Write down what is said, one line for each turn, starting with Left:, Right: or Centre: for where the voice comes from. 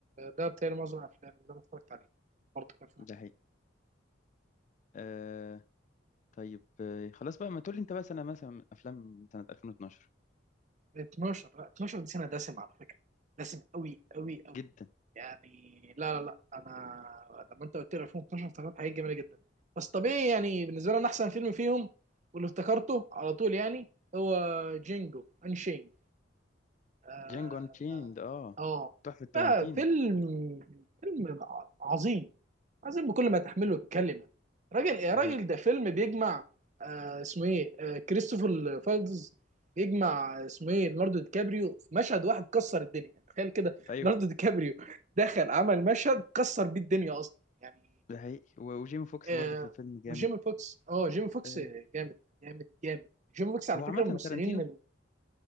Right: ده بالتالي معظم الافلام اللي انا اتفرجت عليها برضه كان فيها.
Left: ده حقيقي آه طيب آه خلاص بقى ما تقول لي انت بقى سنه مثلا افلام سنه 2012
Right: 12 لا 12 دي سنه دسم على فكره دسم قوي قوي قوي
Left: جدا
Right: يعني لا لا لا انا لما انت قلت لي 2012 افتكرت حاجات جميله جدا بس طبيعي يعني بالنسبه لي انا احسن فيلم فيهم واللي افتكرته على طول يعني هو جينجو انشين اه
Left: جانجو انشيند اه
Right: آه.
Left: تحفه تارانتينو
Right: لا فيلم فيلم عظيم عظيم بكل ما تحمله الكلمه راجل يا
Left: ده
Right: راجل
Left: حقيقي
Right: ده فيلم بيجمع آه اسمه ايه آه كريستوفر فالدز بيجمع آه، اسمه ايه ليوناردو دي كابريو في مشهد واحد كسر الدنيا يعني تخيل كده
Left: ايوه
Right: ليوناردو دي كابريو دخل عمل مشهد كسر بيه الدنيا اصلا يعني
Left: ده حقيقي و- وجيمي فوكس
Right: آه
Left: برضه في الفيلم
Right: وجيمي
Left: جامد
Right: فوكس اه جيمي فوكس
Left: آه،
Right: جامد جامد جامد جيمي فوكس على
Left: هو
Right: فكره
Left: عامة
Right: من الممثلين
Left: تارانتينو